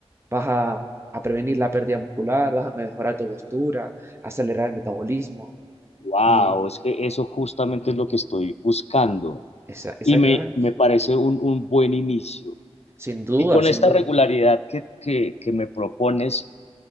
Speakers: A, on the right (about 25°); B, on the left (about 75°).
A: vas a, a prevenir la pérdida muscular, vas a mejorar tu postura, acelerar el metabolismo.
B: Wow,
A: Y
B: es que eso justamente es lo que estoy buscando
A: Esa- exactamente.
B: y me, me parece un, un buen inicio.
A: Sin duda,
B: Y con
A: sin
B: esta
A: duda.
B: regularidad que, que, que me propones,